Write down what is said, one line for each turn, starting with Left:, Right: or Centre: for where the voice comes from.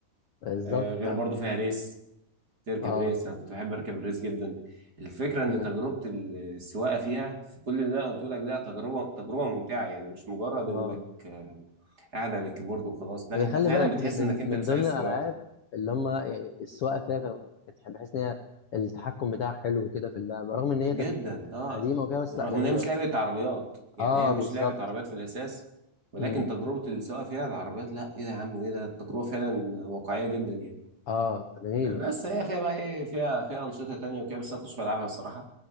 Left: بالظبط
Right: آه، غير
Left: فعلا
Right: برضو فيها ريس تركب
Left: اه
Right: ريس انا كنت بحب اركب الريس جدا الفكرة ان
Left: م-
Right: تجربة
Left: م-
Right: السواقة فيها في كل اللي انا قلته لك ده تجربة تجربة ممتعة يعني مش مجرد
Left: اه
Right: انك آه، قاعد على الكيبورد وخلاص لا
Left: يعني
Right: انت
Left: خلي
Right: فعلا
Left: بالك
Right: بتحس
Left: من من
Right: انك انت
Left: من
Right: اللي سايق
Left: ضمن
Right: السيارة
Left: الالعاب اللي هم يعني السواقه فيها كانوا كانت بحيث ان هي التحكم بتاعها حلو كده في اللعبه رغم ان هي
Right: جدا
Left: كانت
Right: اه
Left: قديمه وكده بس
Right: رغم
Left: لا جميله
Right: ان هي مش
Left: صراحه
Right: لعبه عربيات يعني
Left: اه
Right: هي مش
Left: بالظبط
Right: لعبه عربيات في الاساس ولكن
Left: امم
Right: تجربه السواقه فيها العربيات لا ايه ده يا عم ايه ده التجربه فعلا واقعيه جدا يعني
Left: اه جميله
Right: آه، بس هي فيها بقى ايه فيها فيها انشطه تانية وكده بس انا ما كنتش بلعبها الصراحه